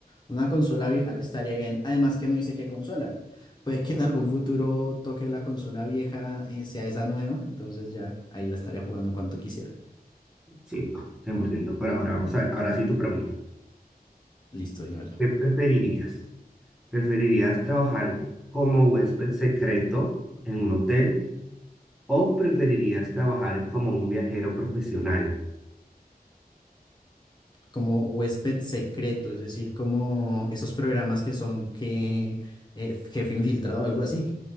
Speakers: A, on the left (about 25°); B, in the centre.
A: una consola vieja estaría bien. Además que no dice qué consola. Puede que en algún futuro toque la consola vieja, eh, sea esa nueva. Entonces ya ahí la estaría jugando cuanto quisiera.
B: sí, no, 100%. Pero ahora vamos a ver, ahora sí tu pregunta.
A: Listo, dímela.
B: ¿Qué preferirías? ¿Preferirías trabajar como huésped secreto en un hotel o preferirías trabajar como un viajero profesional?
A: Como huésped secreto, es decir, como esos programas que son que eh, jefe infiltrado o algo así.